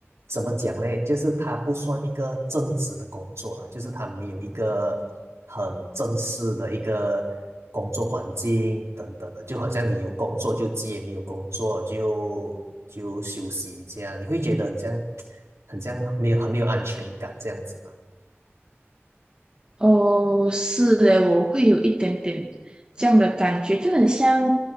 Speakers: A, on the right; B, on the right.
A: 怎么讲嘞？就是他不算一个正职的工作啦，就是他没有一个很正式的一个工作环境等等的，就好像你有工作就接，没有工作就就休息这样，你会觉得很像很像没有很没有安全感这样子吗？
B: 哦，是诶，我会有一点点这样的感觉，就很像，